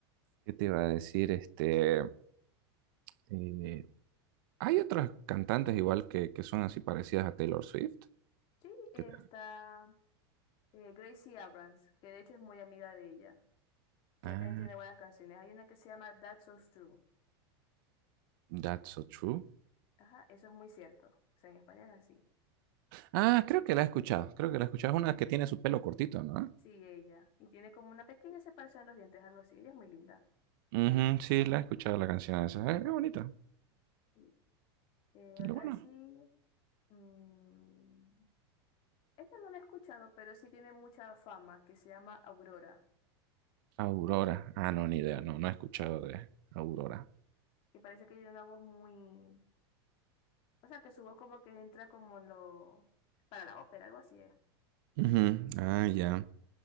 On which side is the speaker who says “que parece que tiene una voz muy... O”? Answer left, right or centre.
Left